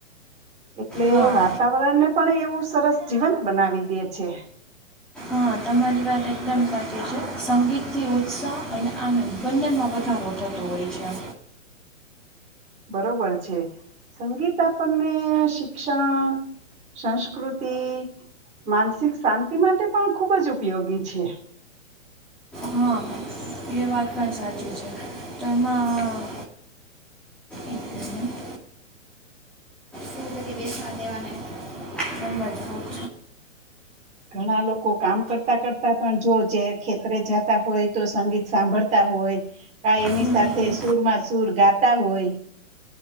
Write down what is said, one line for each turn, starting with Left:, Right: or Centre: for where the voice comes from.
Right: એટલે
Centre: હા
Right: વાતાવરણને પણ એવું સરસ જીવંત બનાવી દે છે
Centre: હા, તમારી વાત એકદમ સાચી છે સંગીતથી ઉત્સાહ અને આનંદ બંનેમાં વધારો થતો હોય છે
Right: બરોબર છે સંગીત આપણને શિક્ષણ સંસ્કૃતિ માનસિક શાંતિ માટે પણ ખૂબ જ ઉપયોગી છે
Centre: હા એ વાત પણ સાચી છે તો એમાં એક મિનિટ કરીરી બેસણા દેવાને હ મ હત
Right: ઘણા લોકો કામ કરતા <inaudible> જો જે ખેત જાત હોય તો સંગીત સાંભળતા હોય કા એની
Centre: હમ,
Right: સાથે સુરમાં સુૂર ગાત તાા હોય